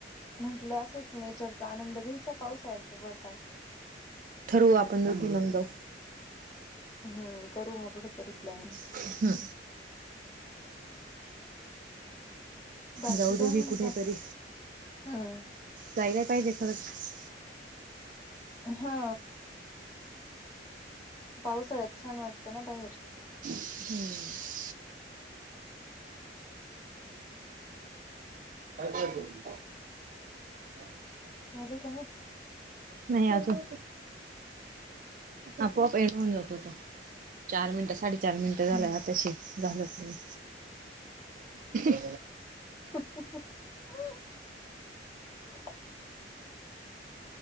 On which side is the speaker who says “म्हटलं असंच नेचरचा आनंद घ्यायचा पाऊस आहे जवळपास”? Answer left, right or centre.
Left